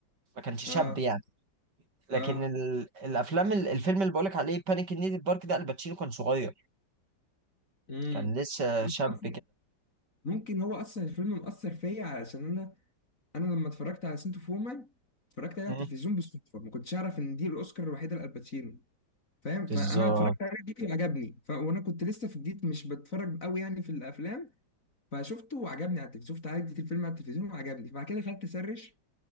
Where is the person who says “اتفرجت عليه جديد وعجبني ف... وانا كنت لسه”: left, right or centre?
Left